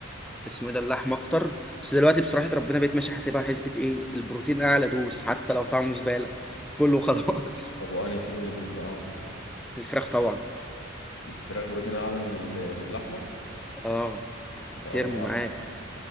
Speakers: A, in the centre; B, on the left.
A: اسمه إيه ده اللحم اكتر بس دلوقتي بصراحه ربنا بقيت ماشي حاسبها حسبه ايه البروتين اعلى دوس حتى لو طعمه زباله كله خلاص
B: طب وانهي فيهم اللي بروتينه اعلى
A: <laughs> الفراخ طبعا
B: الفراخ بروتينه اعلى من ال- من اللحمه
A: اه
B: يبقى
A: ترمي
B: اول مره
A: معاك
B: أعرف. اه